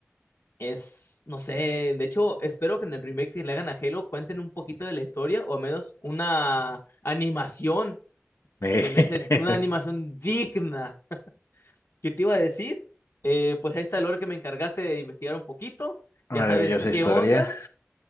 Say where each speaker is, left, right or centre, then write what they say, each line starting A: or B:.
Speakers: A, on the left (about 70°); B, on the left (about 85°).
A: Es, no sé, de hecho, espero que en el remake que le hagan a Halo cuenten un poquito de la historia o al menos una animación,
B: <laughs>
A: se me hace una animación digna. ¿Qué te iba a decir? Eh, pues ahí está el lore que me encargaste de investigar un poquito, ya
B: Maravillosa
A: sabes qué
B: historia.
A: onda